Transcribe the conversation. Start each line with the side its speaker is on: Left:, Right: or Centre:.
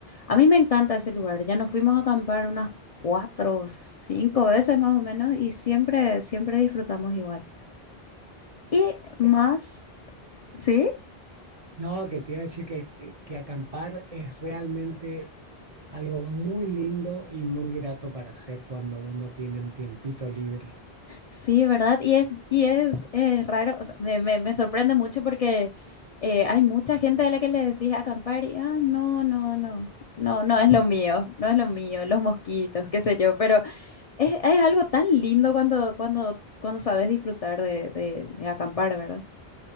Left: A mí me encanta ese lugar. Ya nos fuimos a acampar unas cuatro, cinco veces más o menos y siempre, siempre disfrutamos igual. Y más,
Right: Eh,
Left: ¿sí?
Right: No, que te iba a decir que, el- que, que acampar es realmente algo muy lindo y muy grato para hacer cuando uno tiene un tiempito libre.
Left: Sí, ¿verdad? Y es, y es, es raro, o sea, me, me, me sorprende mucho porque eh, hay mucha gente a la que le decís acampar y, ah, no, no, no, no, no es lo mío, no es lo mío, los mosquitos, qué sé yo, pero es, es algo tan lindo cuando, cuando, cuando sabes disfrutar de, de, de acampar, ¿verdad?